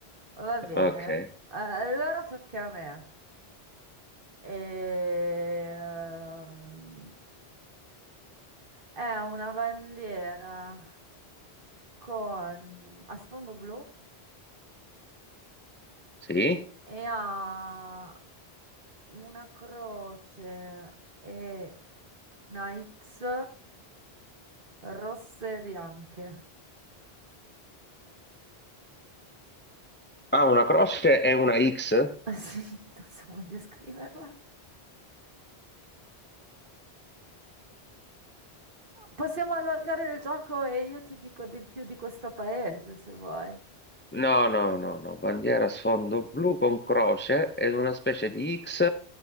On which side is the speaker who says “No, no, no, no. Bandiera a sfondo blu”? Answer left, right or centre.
Left